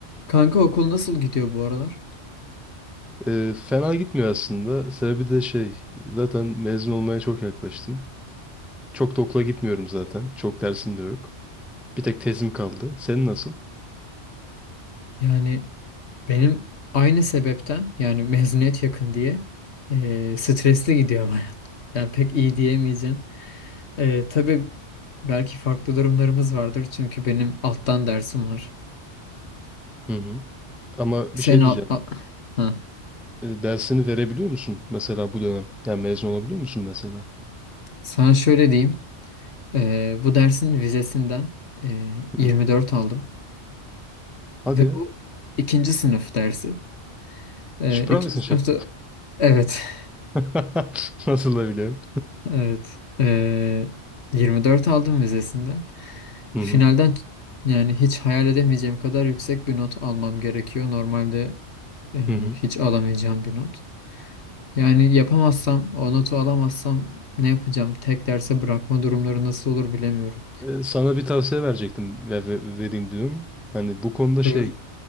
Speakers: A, on the left; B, in the centre.
A: Kanka okul nasıl gidiyor bu aralar?
B: Ee, fena gitmiyor aslında. Sebebi de şey, zaten mezun olmaya çok yaklaştım. Çok da okula gitmiyorum zaten. Çok dersim de yok. Bir tek tezim kaldı. Senin nasıl?
A: Yani benim aynı sebepten yani mezuniyet yakın diye eee, stresli gidiyor baya. <laughs> Yani pek iyi diyemeyeceğim. Eee tabii belki farklı durumlarımız vardır çünkü benim alttan dersim var.
B: Hı hı. Ama
A: Sen
B: bir şey
A: al,
B: diyeceğim.
A: ha.
B: Ee, dersini verebiliyor musun mesela bu dönem? Yani mezun olabiliyor musun mesela?
A: Sana şöyle diyeyim. Ee, bu dersin vizesinden e, 24
B: Hı.
A: aldım.
B: Hadi
A: Ve
B: ya.
A: bu ikinci sınıf dersi. Ee,
B: Sprachwissenschaft.
A: ikinci sınıfta evet. <laughs>
B: <laughs> Nasıl da biliyorum.
A: Evet. Ee, 24 aldım vizesinden.
B: Hı
A: Finalden
B: hı.
A: yani hiç hayal edemeyeceğim kadar yüksek bir not almam gerekiyor. Normalde e,
B: Hı hı.
A: hiç alamayacağım bir not. Yani yapamazsam, o notu alamazsam ne yapacağım? Tek derse bırakma durumları nasıl olur bilemiyorum.
B: Ee, sana bir tavsiye verecektim. ve- ve- vereyim diyorum. Hani bu konuda
A: Buyur.
B: şey,